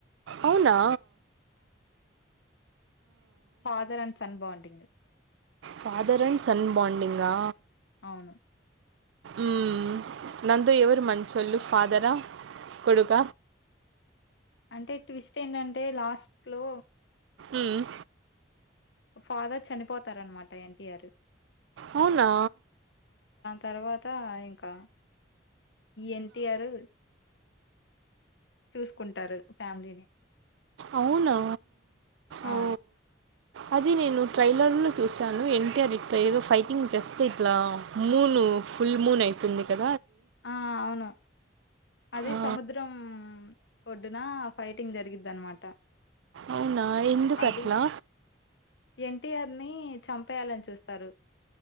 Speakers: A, on the right (about 85°); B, on the left (about 70°).
A: అవునా
B: father and son bonding
A: father and son బాడింగా
B: అవును.
A: ఉమ్ నాంతో ఎవరు మంచోళ్ళు ఫాదరా కొడుక
B: అంటే ట్విస్ట్ ఏంటంటే లాస్ట్లో
A: ఊమ్
B: ఫాదర్ చనిపోతారనమాట ఎన్టీఆరు
A: అవునా
B: తర్వాత ఇంకా ఎన్ టి ఆరు చూసుకుంటారు ఫ్యామిలీని
A: అవునా
B: ఆ!
A: ఓ అది నేను ట్రైలర్ లో చూశాను ఎన్ టి ఆర్ ఇట్లా ఏదో ఫైటింగ్ చేస్తే ఇట్లా మూన్ ఫుల్ మూన్ ఐతుంది క
B: ఆ అవునా అదే
A: ఆ!
B: సముద్రం ఒడ్డున ఫై టింగ్ జరిగిద్దన్నమాట
A: అవునా? ఎందుకట్లా?
B: అది ఎన్ టి ఆర్ ని చంపేయాలని చూస్తారు